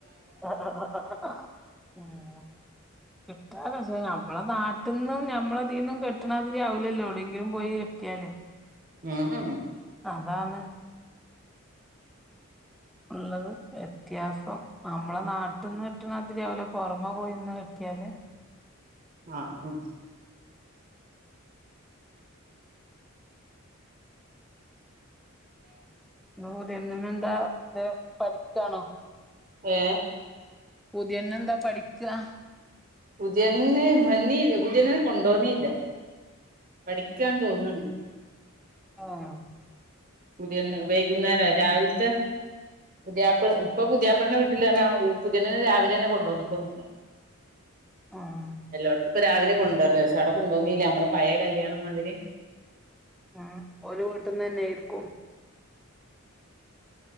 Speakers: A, in the centre; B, on the right.
A: ആഹ് ആഹ് ആഹ് ആഹ് ആഹ് മ്... കിട്ടാ <unintelligible> ഞമ്മളെ നാട്ടിൽ നിന്നും നമ്മളെഇദീന്നും കെട്ടണാതിരി ആവൂലല്ലോ എവിടെങ്കിലും പോയിട്ടിയാല്
B: മ്
A: അതാണ് ഉള്ളത് വ്യത്യാസം നമ്മളെ നാട്ടിൽന്ന് കിട്ട്ണാതിരി ആവൂല പൊറമെ പോയിന്ന് കെട്ടിയാൽ
B: ആഹ് ആഹ്
A: ഇന്ന് പുതിയെണ്ണിന് ഇണ്ടാ തോ പഠിക്കാണോ
B: ഏഹ്
A: പുതിയണ്ണെന്താ പഠിക്കാ?
B: പുതിയണ്ണ് വന്നി പുതിയണ്ണിനെ കൊണ്ടോന്നില്ല, പഠിക്കാന്ന് തോന്ന്
A: ആഹ്
B: പുതിയണ്ണ് വൈകുന്നേരം രാവിൽത്തെ പുതിയാപ്പള ഇപ്പൊ പുതിയാപ്പള്ളന്റെ വീട്ടില് ന്നാ ഒരു പുതുയണ്ണിനെ രാവിലെ തന്നെ കൊണ്ടന്നിട്ടൊന്നില്ല,
A: ആഹ്
B: എല്ലോട്ത്തും ഇപ്പ രാവിലെ കൊണ്ടുവര്ലാ പഷെ അവടെ കൊണ്ടോന്നില്ല നമ്മടെ പയേ കല്യാണം മാതിരി
A: ആഹ് ഓല് വീട്ടിന്നന്നേർക്കും.